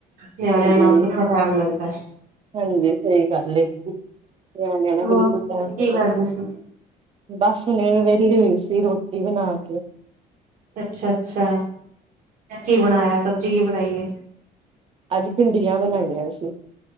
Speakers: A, on the right; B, on the right.
A: ਨਿਆਣਿਆਂ
B: ਹਂਜੀ-ਹਾਂਜੀ
A: ਨਾਲ ਕਿੱਥੇ ਟਾਈਮ ਲੱਗਦਾ
B: ਸਹੀ ਗੱਲ ਏ। ਨਿਆਣਿਆ ਨਾਲ
A: ਹੋਰ
B: ਬਿਲਕੁਲ ਟਾਈਮ ਨੀ
A: ਕੀ ਕਰਦੇ
B: ਲੱਗਦਾ
A: ਸੀ?
B: ਬਸ ਹੁਣ ਵਿਹਲੀ ਹੋਈ ਸੀ ਮੈ ਬਣਾ ਕੇ
A: ਅੱਛਾ-ਅੱਛਾ, ਕੀ ਬਣਾਇਆ ਸਬਜ਼ੀ ਕੀ ਬਣਾਈ ਐ?
B: ਅੱਜ ਭਿੰਡੀਆਂ ਬਣਾਈਆਂ ਅਸੀ।